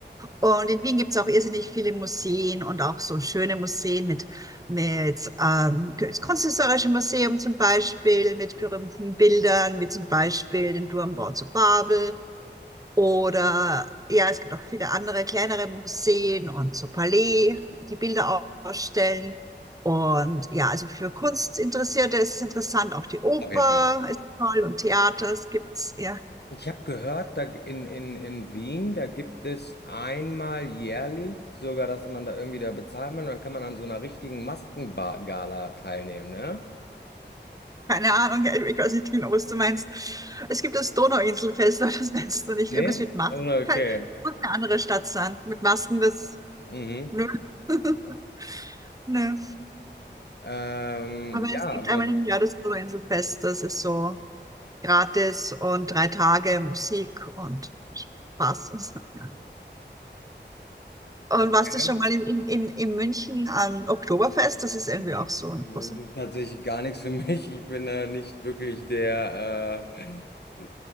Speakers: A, on the right (about 20°); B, on the left (about 60°).
A: Und in Wien gibt es auch irrsinnig viele Museen und auch so schöne Museen mit, mit ähm, das Kunsthistorische Museum zum Beispiel, mit berühmten Bildern, wie zum Beispiel den Turmbau zu Babel. Oder ja, es gibt auch viele andere kleinere Museen und so Palais, die Bilder au- ausstellen. Und ja, also für Kunstinteressierte ist es interessant, auch die Oper
B: Auf jeden Fall.
A: ist toll und Theater, es gibt's, ja.
B: Ich habe gehört, da in, in, in Wien, da gibt es einmal jährlich sogar, dass man da irgendwie da bezahlt man und dann kann man an so einer richtigen Maskengala teilnehmen, ne?
A: Keine Ahnung, ja, ich weiß nicht genau, was du meinst. Es gibt das Donauinselfest, aber das meinst du nicht.
B: Nee?
A: Irgendwas mit Masken
B: Also, okay.
A: halt. Muss eine andere Stadt sein. Mit Masken, das.
B: Mhm.
A: Nö. <laughs> Nö.
B: Ähm,
A: Aber
B: ja,
A: es gibt
B: aber
A: einmal im Jahr das Donauinselfest. Das ist so gratis und drei Tage Musik und Spaß und so. Ja. Und
B: okay.
A: warst du schon mal in, in, in, in München am Oktoberfest? Das ist irgendwie
B: Nee.
A: auch so eine
B: Nö,
A: große.
B: Tatsächlich gar nichts für <laughs> mich. Ich bin da nicht wirklich der. Äh,